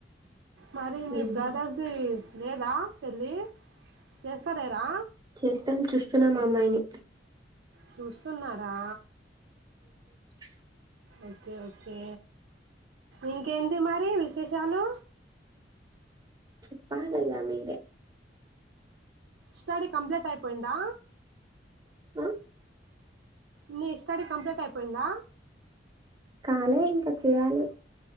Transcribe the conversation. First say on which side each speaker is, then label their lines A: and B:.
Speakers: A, on the right (about 80°); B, on the right (about 25°).
A: మరి
B: హ్మ్
A: మీ బ్రదర్ ది లేదా పెళ్ళి చేస్తాలేరా
B: చేస్తాం చూస్తున్నాం అమ్మాయిని
A: చూస్తున్నారా
B: <inaudible>
A: ఓకే ఓకే ఇంకేంది మరి విశేషాలు
B: చెప్పాలి ఇగ మీరే
A: స్టడీ కంప్లీట్ అయిపోయిందా
B: ఆ
A: నీ స్టడీ కంప్లీట్ అయిపోయిందా
B: కాలే ఇంకా చెయాలి